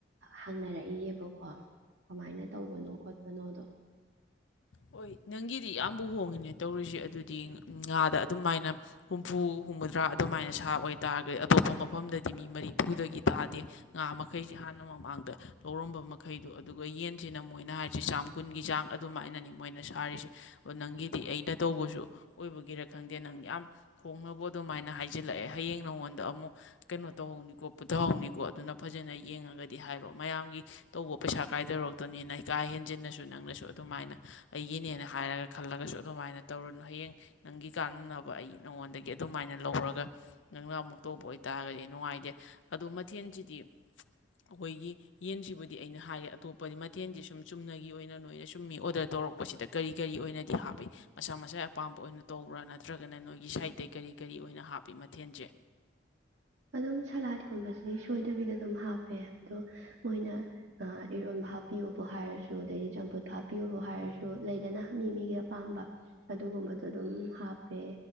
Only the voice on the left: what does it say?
ꯍꯣꯏ ꯅꯪꯒꯤꯗꯤ ꯌꯥꯝꯕꯨ ꯍꯣꯡꯉꯤꯅꯦ ꯇꯧꯔꯤꯁꯦ ꯑꯗꯨꯗꯤ ꯉꯥꯗ ꯑꯗꯨꯃꯥꯏꯅ ꯍꯨꯝꯐꯨ ꯍꯨꯝꯐꯨꯇꯔꯥ ꯑꯗꯨꯃꯥꯏꯅ ꯁꯥꯕ ꯑꯣꯏꯇꯥꯥꯔꯒꯗꯤ ꯑꯇꯣꯞꯄ ꯃꯐꯝꯗꯗꯤ ꯃꯤ ꯃꯔꯤꯐꯨꯗꯒꯤ ꯇꯥꯗꯦ ꯉꯥ ꯃꯈꯩꯁꯤ ꯍꯥꯟꯅ ꯃꯃꯥꯡꯗ ꯂꯧꯔꯝꯕ ꯃꯈꯩꯗꯣ ꯑꯗꯨꯒ ꯌꯦꯟꯁꯤꯅ ꯃꯣꯏꯅ ꯍꯥꯏꯔꯤꯁꯤ ꯆꯥꯝ ꯀꯨꯟꯒꯤ ꯆꯥꯡ ꯑꯗꯨꯃꯥꯏꯅꯅꯤ ꯃꯣꯏꯅ ꯁꯥꯔꯤꯁꯦ ꯑ ꯅꯪꯒꯤꯗꯤ ꯑꯩꯅ ꯇꯧꯕꯁꯨ ꯑꯣꯏꯕꯒꯤꯔ ꯈꯪꯗꯦ ꯅꯪ ꯌꯥꯝ ꯍꯣꯡꯅꯕꯕꯨ ꯑꯗꯨꯃꯥꯏꯅ ꯍꯥꯏꯖꯤꯜꯂꯛꯑꯦ ꯍꯌꯦꯡ ꯅꯉꯣꯟꯗ ꯑꯃꯨꯛ ꯀꯩꯅꯣ ꯇꯧꯍꯧꯅꯤꯀꯣ ꯄꯨꯊꯍꯧꯅꯤꯀꯣ ꯑꯗꯨꯅ ꯐꯖꯅ ꯌꯦꯡꯉꯒꯗꯤ ꯍꯥꯏꯔꯛꯑꯣ ꯃꯌꯥꯝꯒꯤ ꯇꯧꯕ ꯄꯩꯁꯥ ꯀꯥꯏꯗꯔꯛꯇꯅꯤꯅ ꯀꯥ ꯍꯦꯟꯖꯤꯟꯅꯁꯨ ꯅꯪꯅꯁꯨ ꯑꯗꯨꯃꯥꯏꯅ ꯑꯩꯒꯤꯅꯦꯅ ꯍꯥꯏꯔꯒ ꯈꯜꯂꯒꯁꯨ ꯑꯗꯨꯃꯥꯏꯅ ꯇꯧꯔꯅꯨ ꯍꯌꯦꯡ ꯅꯪꯒꯤ ꯀꯥꯟꯅꯅꯕ ꯑꯩ ꯅꯉꯣꯟꯗꯒꯤ ꯑꯗꯨꯃꯥꯏꯅ ꯂꯧꯔꯒ ꯅꯪꯅ ꯑꯃꯨꯛ ꯇꯧꯕ ꯑꯣꯏꯇꯥꯔꯒꯗꯤ ꯅꯨꯡꯉꯥꯏꯇꯦ ꯑꯗꯨꯗ ꯃꯊꯦꯜꯁꯤꯗꯤ ꯑꯩꯈꯣꯏꯒꯤ ꯌꯦꯟꯁꯤꯕꯨꯗꯤ ꯑꯩꯅ ꯍꯥꯏꯔ ꯑꯇꯣꯞꯄꯗꯤ ꯃꯊꯦꯜꯗꯤ ꯁꯨꯝ ꯆꯨꯝꯅꯒꯤ ꯑꯣꯏꯅ ꯅꯣꯏꯅ ꯁꯨꯝ ꯃꯤ ꯑꯣꯗꯔ ꯇꯧꯔꯛꯄ ꯄꯁꯤꯗ ꯀꯔꯤ ꯀꯔꯤ ꯑꯣꯏꯅꯗꯤ ꯍꯥꯞꯄꯤ ꯃꯁꯥ ꯃꯁꯥꯒꯤ ꯑꯄꯥꯝꯕ ꯑꯣꯏꯅ ꯇꯧꯕ꯭ꯔꯥ ꯅꯠꯇ꯭ꯔꯒꯅ ꯅꯣꯏꯒꯤ ꯁꯥꯏꯠꯇꯇꯩꯒꯤ ꯀꯔꯤ ꯀꯔꯤ ꯑꯣꯏꯅ ꯍꯥꯞꯄꯤ ꯃꯊꯦꯜꯁꯦ